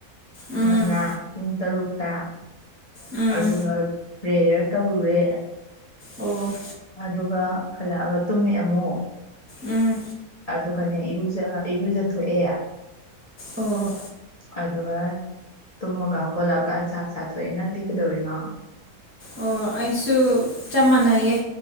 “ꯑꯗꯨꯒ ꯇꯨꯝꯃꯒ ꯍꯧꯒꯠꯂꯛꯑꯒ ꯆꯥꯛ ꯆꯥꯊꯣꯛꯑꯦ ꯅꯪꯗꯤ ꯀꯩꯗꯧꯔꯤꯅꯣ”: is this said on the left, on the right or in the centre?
Left